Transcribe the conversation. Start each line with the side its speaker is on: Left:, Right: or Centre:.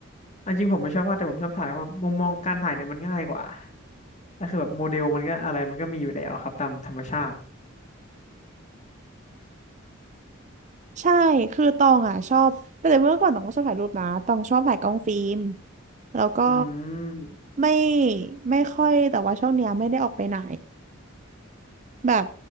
Left: อันจริงผมไม่ชอบวาดแต่ผมชอบถ่ายว่ามุมมองการถ่ายเนี่ยมันง่ายกว่าแล้วคือแบบโมเดลมันก็อะไรมันก็มีอยู่แล้วครับตามธรรมชาติ
Right: ใช่คือตองอ่ะชอบแต่เมื่อก่อนตองก็ชอบถ่ายรูปนะตองชอบถ่ายกล้องฟิล์มแล้วก็
Left: อืม
Right: ไม่ไม่ค่อยแต่ว่าช่วงเนี้ยไม่ได้ออกไปไหนแบบ